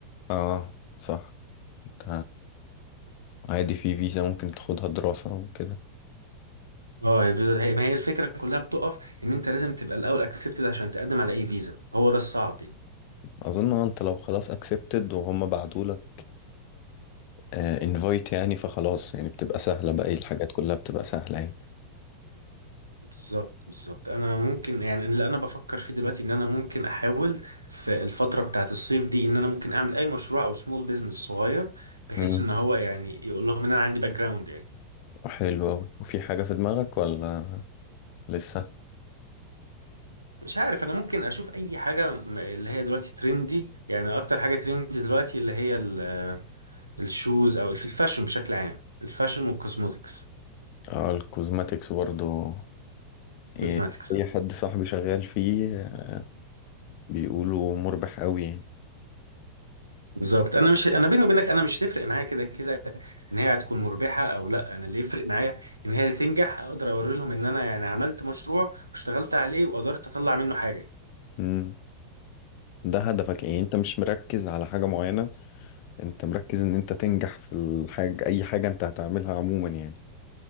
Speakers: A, on the left; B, on the right.
A: اه صح انت عادي في فيزا ممكن تاخدها دراسة وكده
B: اه هي الفيزا هي ما هي الفكره كلها بتقف ان انت لازم تبقى الاول اكسبتد عشان تقدم على اي فيزا هو ده الصعب يعني.
A: أظن آه، أنت لو خلاص أكسبتد وهم بعتولك انفايت يعني فخلاص يعني بتبقى سهلة بقى الحاجات كلها بتبقى سهلة يعني
B: بالظبط بالظبط انا ممكن يعني اللي انا بفكر فيه دلوقتي ان انا ممكن احاول في الفتره بتاعت الصيف دي ان انا ممكن اعمل اي مشروع او سمول بيزنس صغير بحيث
A: مم.
B: ان هو يعني يقول لهم ان انا عندي باك جراوند يعني
A: حلو أوي وفي حاجة في دماغك ولا لسه؟
B: مش عارف انا ممكن اشوف اي حاجه م- اللي هي دلوقتي ترندي يعني اكتر حاجه ترندي دلوقتي اللي هي ال- الشوز او في الفاشن بشكل عام الفاشن والكوزموتكس
A: اه الكوزماتكس برضو إيه،
B: كوزماتكس
A: أي حد صاحبي شغال فيه آه، بيقولوا مربح أوي يعني
B: بالظبط انا مش انا بيني وبينك انا مش تفرق معايا كده كده ان هي هتكون مربحه او لا انا اللي يفرق معايا ان هي تنجح اقدر اوري لهم ان انا يعني عملت مشروع واشتغلت عليه وقدرت اطلع منه حاجه
A: مم. ده هدفك يعني انت مش مركز على حاجة معينة انت مركز ان انت تنجح في الحاجة اي حاجة انت هتعملها عموما يعني